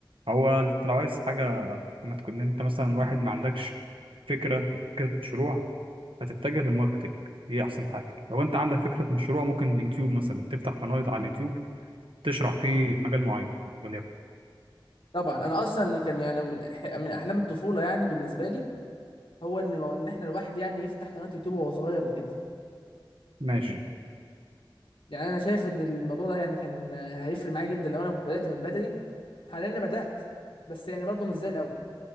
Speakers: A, on the right (about 85°); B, on the left (about 80°).
A: هو انت لو عايز حاجة ما تكون انت مثلا واحد ما عندكش فكرة فكرة مشروع هتتجه للماركتينج دي أحسن حاجة لو أنت عندك فكرة مشروع ممكن يوتيوب مثلا تفتح قناة على اليوتيوب تشرح فيه مجال معين وليكن
B: طبعا انا اصلا كان يعني من أح- من احلام الطفوله يعني بالنسبه لي هو ان مو- ان احنا الواحد يعني يفتح قناه يوتيوب وهو صغير وكده
A: ماشي
B: يعني انا شايف ان الموضوع ده يعني كان هيفرق معايا جدا لو انا كنت بدات من بدري حاليا انا بدات بس يعني برضه مش زي الاول